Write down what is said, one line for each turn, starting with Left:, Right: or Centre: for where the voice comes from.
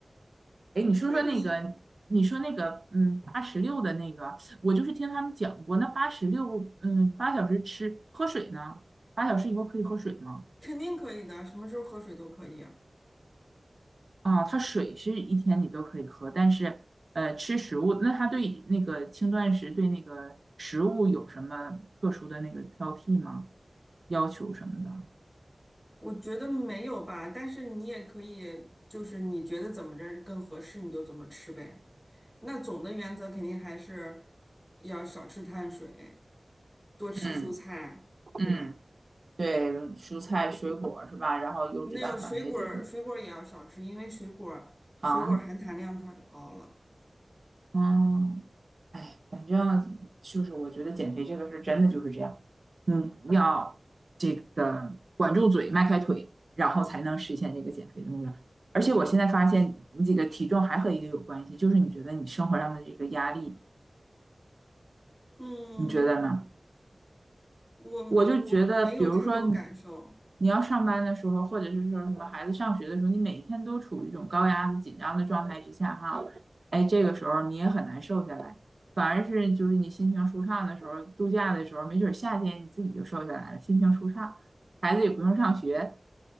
Right: 哎，你说说那个，
Centre: 那你
Right: 你说那个，嗯，八十六的那个，我就是听他们讲过，那八十六，嗯，八小时吃喝水呢，八小时以后可以喝水吗？
Centre: 肯定可以的，什么时候喝水都可以啊。
Right: 啊，它水是一天你都可以喝，但是呃，吃食物，那它对那个轻断食对那个食物有什么特殊的那个挑剔吗？要求什么的？
Centre: 我觉得没有吧，但是你也可以，就是你觉得怎么着更合适，你就怎么吃呗。那总的原则肯定还是要少吃碳水，多吃蔬菜，
Right: 嗯
Centre: 对吧？
Right: 嗯，对，蔬菜水果是吧？然后优质蛋白这种
Centre: 那有水果儿水果儿也要少吃，因为水果儿水果儿含糖量太高了。
Right: 糖，嗯，嗯，就是我觉得减肥这个是真的就是这样，嗯，要这个管住嘴，迈开腿，然后才能实现这个减肥的目标。而且我现在发现，你这个体重还和一个有关系，就是你觉得你生活上的这个压力，
Centre: 嗯，
Right: 你觉得呢？
Centre: 我我没有太多感受。
Right: 我就觉得，比如说你你要上班的时候，或者是说什么孩子上学的时候，你每天都处于一种高压的紧张的状态之下，哈，哎，这个时候你也很难瘦下来。反而是就是你心情舒畅的时候，度假的时候，没准儿夏天你自己就瘦下来了，心情舒畅，孩子也不用上学，